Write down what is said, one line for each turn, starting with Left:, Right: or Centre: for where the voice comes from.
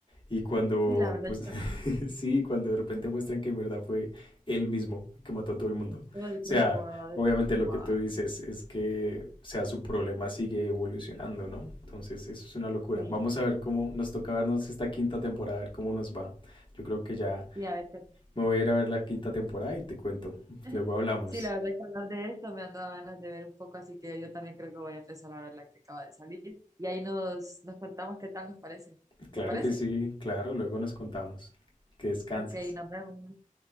Left: Y cuando,
Right: Sí, la verdad,
Left: pues,
Right: yo también,
Left: Sí, cuando de repente muestran que en verdad fue él mismo que mató a todo el mundo. O
Right: todo el
Left: sea,
Right: tiempo, ¿verdad?
Left: obviamente
Right: Es como
Left: lo
Right: va.
Left: que tú dices es que, o sea, su problema sigue evolucionando, ¿no? Entonces, eso es una locura.
Right: Sí,
Left: Vamos a ver cómo nos toca vernos esta quinta temporada, a ver cómo nos va. Yo creo que ya
Right: sí, a veces.
Left: me voy a ir a ver la quinta temporada y te cuento.
Right: <laughs>
Left: Luego hablamos.
Right: Sí, la verdad que hablar de esto me han dado ganas de ver un poco, así que yo también creo que voy a empezar a ver la que acaba de salir. Y ahí nos, nos contamos qué tal nos parece.
Left: Claro
Right: ¿Te parece?
Left: que sí, claro, luego nos contamos. Que descanses.
Right: Ok, nos vemos.